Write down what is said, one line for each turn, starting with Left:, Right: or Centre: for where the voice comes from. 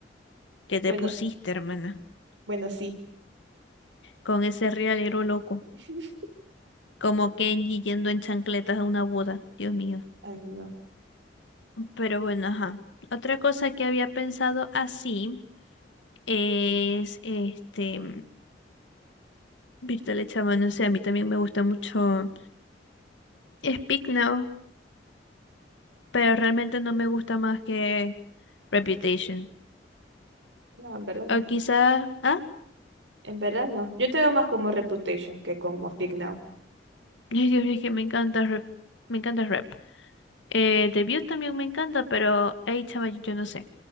Left: ¿qué te
Right: Bueno,
Left: pusiste, hermana?
Right: bueno, sí.
Left: Con ese realero loco,
Right: <laughs>
Left: como Kenji yendo en chancletas a una boda. Dios mío.
Right: Ay, no.
Left: Pero bueno, ajá. Otra cosa que había pensado así es este Virtual Chama, no sé, a mí también me gusta mucho Speak Now, pero realmente no me gusta más que Reputation.
Right: No, en verdad
Left: O
Right: no.
Left: quizás, ah,
Right: En verdad no. Yo te veo más como Reputation que como Speak Now.
Left: <laughs> ay, Dios mío, es que me encanta Rep, me encanta Rep. Eh, The View también me encanta, pero hey, chama, yo yo no sé.